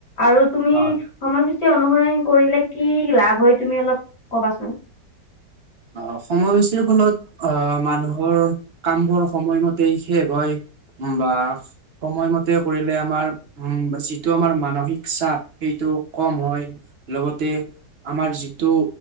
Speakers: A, on the left; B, on the right.
A: আৰু তুমি
B: হয়
A: সময় পছ অনুসৰণ কৰিলে কি লাভ হয় তুমি অলপ কবাচোন।
B: অ সময়সূচীৰ ফলত আহ মানুহৰ কামবোৰ সময়মতে শেষ হয় বা সময়মত তে কৰিলে আমাৰ উম যিটো আমাৰ মানস সিক চাপ সেইটো কম হয়, লগতে আমাৰ যিটো